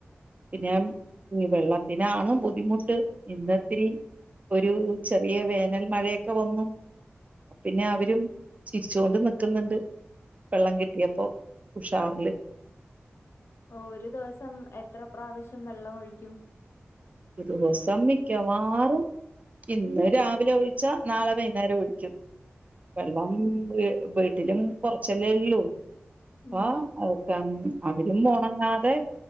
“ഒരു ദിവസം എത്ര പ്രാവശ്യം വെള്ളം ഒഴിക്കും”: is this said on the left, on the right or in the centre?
Left